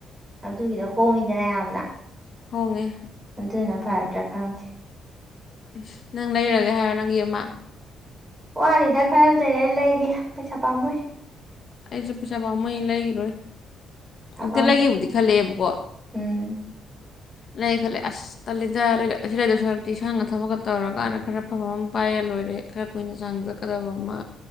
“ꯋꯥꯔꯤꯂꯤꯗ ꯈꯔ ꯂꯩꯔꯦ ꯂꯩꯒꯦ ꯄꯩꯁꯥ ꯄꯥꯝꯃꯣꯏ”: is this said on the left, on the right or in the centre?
Right